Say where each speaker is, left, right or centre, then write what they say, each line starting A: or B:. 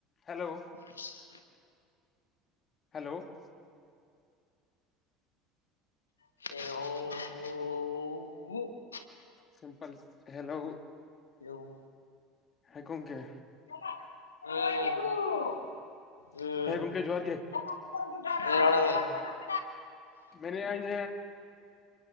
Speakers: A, on the left; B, on the left.
A: Hello.
B: <inaudible>
A: Hello.
B: Hello
A: simple hello.
B: Hello.
A: ᱦᱮᱸ ᱜᱚᱝᱠᱮ᱾
B: ᱦᱮᱸ ᱦᱩᱸ᱾ ᱦᱮᱸ
A: ᱜᱚᱝᱠᱮ ᱡᱚᱦᱟᱨ
B: ᱨᱚᱲ
A: ᱜᱮ
B: ᱢᱮ᱾
A: ᱢᱮᱱᱮᱟᱹᱧ